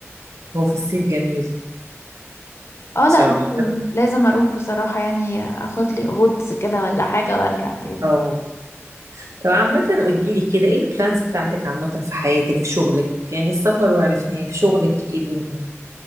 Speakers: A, on the right; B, on the left.
A: هو في الصيف جميل
B: اه لا
A: بصراحه
B: لازم لازم اروح بصراحة يعني اخد لي غطس كده ولا حاجة وارجع تاني
A: اه طب عامة قوليلي كده ايه البلانز بتاعتك عامة في حياتك في شغلك يعني السفر وعرفناه في شغلك ايه الدنيا